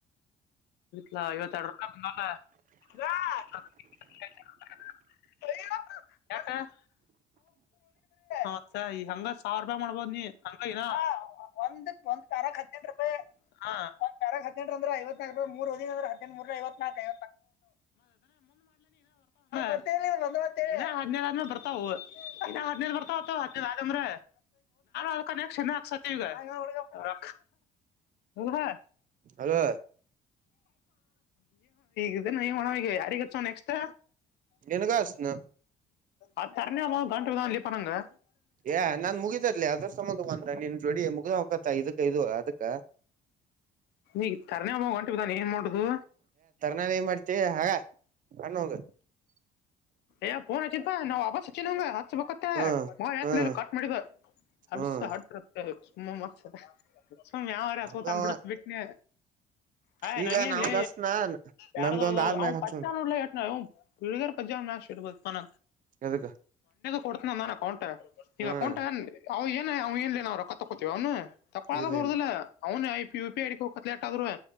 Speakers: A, on the left; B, on the right.
A: ಲ ಐವತ್ತ ಎಡುೂಾಯ <inaudible> <unintelligible> ಮತ್ತ ಈ ಹಂಗ ಸಾವಿರ ರೂಪಾಯಿ ಮಾಡ್ಬೋದ್ ನೀ ಹಂಗನ <inaudible> ಒಂದ್ ಕಾರಕ್ ಹತ್ತಿನೆಂ ರೂಪಾಯಿ ಒ್ ಕಾರಕ್ ಹತ್ತಿನಂಟ ಅಂದ್ರೆ ಐವತ್ತು ಮೂದ ಹದಿನ ಮೂರ ಐತ್ ನಲ್ಕಐ್ ಹದ್ೇೇಳ ಆದ್ಮೇ ಬರ್ತಾವ ಹದ್ೇಲ್ ಬರ್ತಾವ ಹದ್ರ <inaudible> ಕ್ಕನ ಶಮ ಹಕ್ಸತಿ ಈಗ ರ ಹ
B: ಹಲೋ
A: ಈಗ ನೀ ಹಣ ಯಾರಿಗ್ ಅಚ್ಚಣ್ವಾ ನೆಕ್ಸ್ಟ್
B: ನಿನಗ ಅಸ್ನು
A: ಅದು ತರಣೇ ಗಂ ಇಲ್ಲಿ ಪನಗೆ
B: ಏ್ ನಾನ್ ಮುಗಿದದಲಿ ಅದ್ರ ಸಂಬಂಧ ಅಂದ್ರ ನಿ ನೀನ್ ಜಡಿ ಮುಗ್ದ ಹಕತ್ತ ಇದಕ್ಕ ಐದುುವ ಅದಕ್ಕ
A: ಈ ತರ್ನೇ ಹಬ ಹೊಂಟ ಬಿದ್ದಾನ ಏನ್ ಮಾಡುದು
B: ನನ್ ಏನ್ ಮಾಡ್ತ ಹಾಗ ಕಣೋಗ
A: ಯ ೋನ್ ಅಚಿತ್ಾ ನಾವು ಬಾಬಾ ಸಚ್ಚನ್ವಂಗ ಬತ್ತ
B: ಹ್ಮ್
A: ಮತ್ನೇ
B: ಹ್ಮ್
A: ಕಾಟ್ ಮಾಡಿದ ಅಲ್ಸ
B: ಹ್ಮ್
A: ಹತ್ತ ಮ ಮತ್ಸ ಸುಮ್ ಯಾವರ
B: ಹಂಗವ
A: ಸೋತಂದ ಬಿಡತ್ ಬಿಟ್ಟನೆ ಹಯ್
B: ಈಗ
A: ನಂಗೆಏನ್ಲ್ಲ
B: ನಾವಂದ್ ಹಸ್ನ
A: ಯಾರದಾವ
B: ನಂದೊಂದ್ ಆದ್ಮ್ಯಾಗ
A: ಅವನ್
B: ಹಚ್ಚುಂತ
A: ಪತ್ತಾನೂರುಲ್ಲ ಎ ನ ಹೀಳಗರ್ ಪಂಜಾಬ್ ನಾ ಶ್ಟೇಟ್ ಬಾನ
B: ಎದಕ್ಕ
A: ಕೊಡ್ತ ನ ನಾನ ಅಕೌಂಟ್ ಈಗ
B: ಹ್ಮ್
A: ಅಕೌಂಟ ಅವವು ಏನ ಅವ ನ್ ನಾವು ರೊಕ್ಕ ತಕ್ಕೋತೀವ ಅವನು ತಕ್ಕಳಾಗ
B: ಇಲ್ಲ
A: ಬರುದಿಲ್ಲ
B: ಇಲ್ಲ
A: ಅವನು ಆಐ ಪಿ ಹಡ ಹ ಕೇಟ್ ಆದ್ರೆ